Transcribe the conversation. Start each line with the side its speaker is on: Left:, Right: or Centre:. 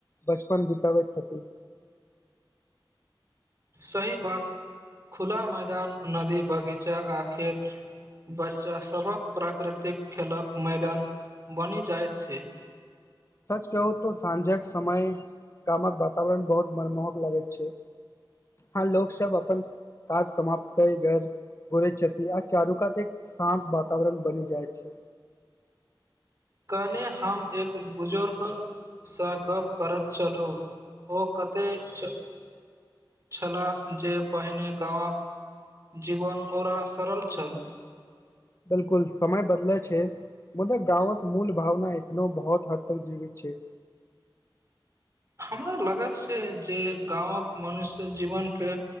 Left: बचपन बिताबैत छथि
Right: सही बात खुला मैदान नदी बगीचा आ खेत बच्चासभक प्राकृतिक खेलक मैदान बनि जाइत छै
Left: सच कहूं त साँझक समय गामक वातावरण बहुत मनमोहक लागैत छै हँ लोक सब अपन काज समाप्त कै के घुरैत छथि आ चारुकात एक शांत वातावरण बनि जाएत छै
Right: कल्हे हम एक बुजुर्गसँ गप करैत छलहु ओ कतेक छ छलाह जे पहिने गामक जीवन औरा सरल छल
Left: बिलकुल समय बदलै छै मुदाक गावक मूल भावना एकनो बहुत हद तक जीवित छै
Right: हमरा लागत छै जे गाँवक मनुष्य जीवनके